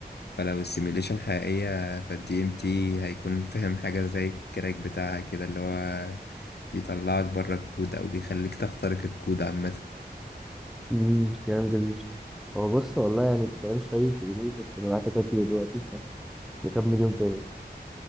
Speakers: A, on the left; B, in the centre.
A: فلو السيميوليشن حقيقية فالدي ام تي هيكون فاهم حاجة زي الكراك بتاعها كده اللي هو بيطلعك بره الكود أو بيخليك تخترق الكود عامة
B: امم كلام جميل هو بص والله يعني الكلام شيق وجميل بس انا معاك دلوقتي دلوقتي فنكمل يوم تاني